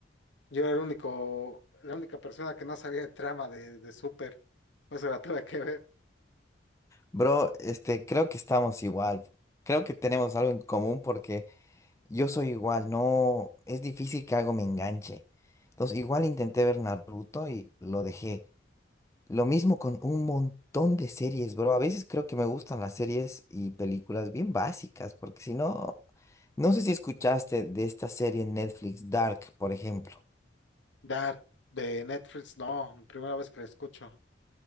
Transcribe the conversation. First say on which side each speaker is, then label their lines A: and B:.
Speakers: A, on the left (about 75°); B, on the left (about 15°).
A: yo era el único, la única persona que no sabía de trama de, de Super, por eso la tuve que ver.
B: Bro, este, creo que estamos igual. Creo que tenemos algo en común porque yo soy igual. No, es difícil que algo me enganche. Entonces, igual intenté ver Naruto y lo dejé. Lo mismo con un montón de series, bro. A veces creo que me gustan las series y películas bien básicas, porque si no, no sé si escuchaste de esta serie en Netflix, Dark, por ejemplo.
A: Dark de Netflix, no, primera vez que la escucho.